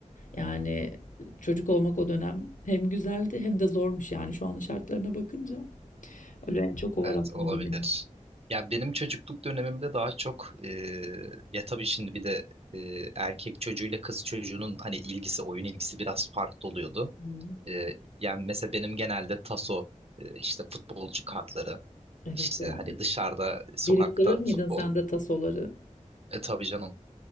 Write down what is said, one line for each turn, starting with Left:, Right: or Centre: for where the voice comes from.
Left: Yani çocuk olmak o dönem hem güzeldi hem de zormuş yani şu an şartlarına bakınca. Öyle en çok o var
Right: Evet
Left: aklımda
Right: olabilir.
Left: benim.
Right: Ya benim çocukluk dönemimde daha çok e, ya tabii şimdi bir de e, erkek çocuğuyla kız çocuğunun hani ilgisi oyun ilgisi biraz farklı oluyordu.
Left: Hımm.
Right: Ee, yani mesela benim genelde taso, e, işte futbolcu kartları,
Left: Evet
Right: işte
Left: ya.
Right: hani dışarıda, sokakta
Left: Biriktirir miydin
Right: futbol.
Left: sen de tasoları?
Right: E tabii canım.